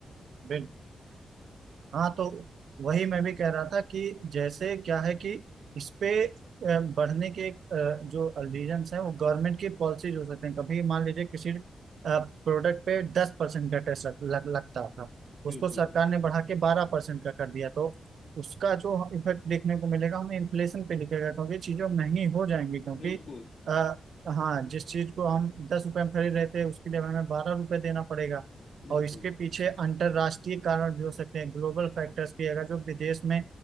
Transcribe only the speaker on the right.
बिल्कुल हाँ तो वही मैं भी कह रहा था कि जैसे क्या है कि इस पे अ, बढ़ने के अ, जो रीजंस हैं वो गवर्नमेंट की पॉलिसीज हो सकते हैं कभी मान लीजिए किसी प्रोडक्ट पे दस परसेंट का टैक्स लग, लग, लगता था
उसको सरकार
ने बढ़ा के बारह परसेंट का कर दिया तो उसका जो इफेक्ट देखने को मिलेगा हमें इन्फ्लेशन पे दिखेगा क्योंकि चीजें महंगी हो जाएंगी क्योंकि
आ, हाँ जिस चीज को हम दस रुपए में खरीद रहे थे उसके लिए हमें बारह रुपए देना पड़ेगा
और इसके पीछे अंतरराष्ट्रीय कारण भी हो सकते हैं ग्लोबल
फैक्टर्स की अगर जो विदेश में